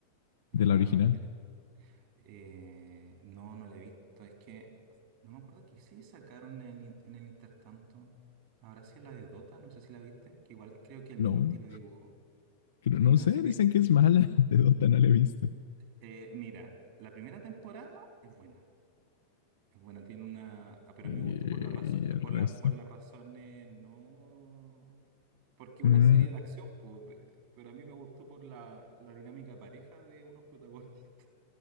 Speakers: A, on the right (about 50°); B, on the left (about 65°).
A: de
B: de
A: la
B: la original.
A: bandera. Eh, no, no la he visto. Es que no me acuerdo qué se sacaron en el, in- en el intertanto. Habrá sido la de Dota, no sé si la viste, que igual creo que el
B: No,
A: mismo estilo de dibujo. O
B: creo-
A: sea,
B: no
A: hay una
B: sé,
A: serie.
B: dicen que es mala. <laughs> De Dota no la he visto.
A: eh, mira, la primera temporada es buena. Es buena, tiene una. ah, Pero
B: Y,
A: a mí me gustó por la razón,
B: y el
A: por
B: resto.
A: la, por las razones no. Porque una
B: Mm,
A: serie de acción, pues, eh, pero a mí me gustó por la, la dinámica de pareja de unos protagonistas. <laughs>